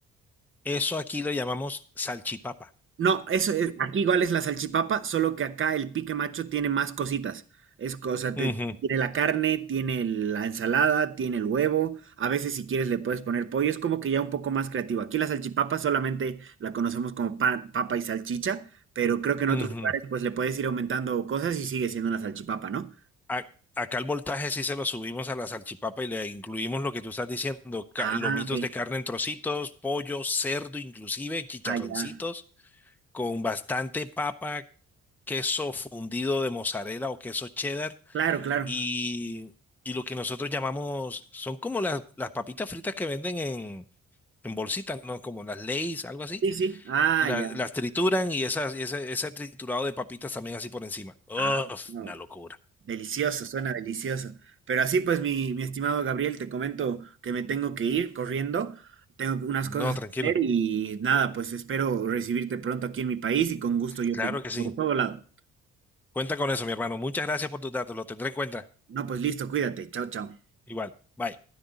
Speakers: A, in the centre; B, on the right.
A: Eso aquí lo llamamos salchipapa.
B: No, eso es, aquí igual es la salchipapa, solo que acá el pique macho tiene más cositas. Es cosa,
A: Ujú,
B: te- tiene la carne, tiene el- la ensalada, tiene el huevo. A veces si quieres le puedes poner pollo. Es como que ya un poco más creativo. Aquí la salchipapa solamente la conocemos como pa- papa y salchicha, pero creo que en
A: ujú.
B: otros lugares pues le puedes ir aumentando cosas y sigue siendo una salchipapa, ¿no?
A: a- acá el voltaje sí se lo subimos a la salchipapa y le incluimos lo que tú estás diciendo, ca-
B: Ah,
A: lomitos
B: ok.
A: de carne en trocitos, pollo, cerdo inclusive, chicharroncitos,
B: Ah, ya.
A: con bastante papa, queso fundido de mozzarella o queso cheddar
B: Claro, claro.
A: y, y lo que nosotros llamamos, son como las, las papitas fritas que venden en... En bolsitas, ¿no? Como las Lay's, algo así.
B: Sí, sí. Ah,
A: Las,
B: ya.
A: las trituran y esas, y ese, ese triturado de papitas también así por encima. Uf,
B: Ah, ah,
A: una locura.
B: Delicioso, suena delicioso. Pero así pues, mi, mi estimado Gabriel, te comento que me tengo que ir corriendo, tengo unas
A: No,
B: cosas
A: tranquilo.
B: que hacer y nada, pues espero recibirte pronto aquí en mi país y con gusto yo
A: Claro
B: te guío
A: que sí.
B: por todo lado.
A: Cuenta con eso, mi hermano. Muchas gracias por tus datos. Lo tendré en cuenta.
B: No, pues listo, cuídate. Chao, chao.
A: Igual. Bye.